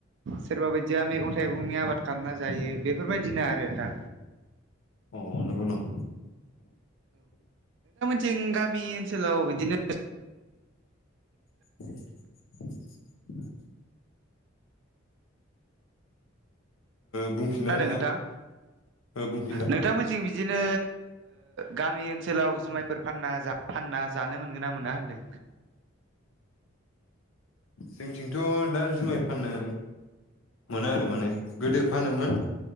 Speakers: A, on the right (about 60°); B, on the left (about 85°).
A: सोरबा बायदिया मैगं थाइगं आबाद खालामना जायो बेफोरबायदिनो आरो दा
B: अ नंगौ नामा
A: थिं गामि ओनसोलाव बिदिनो
B: <unintelligible> बुंफिनलनाय
A: खोनादों
B: नोंथां
A: नोंथां
B: बुंफिननाय
A: नोंथांमोनथिं बिदिनो गामि ओनसोलाव जुमायफोर फानना जाब फानना जानो मोनगोन ना मोना होनदों
B: जोंथिंथ' दा जुमाय फानो मोनो आरो माने गोदो फानोमोन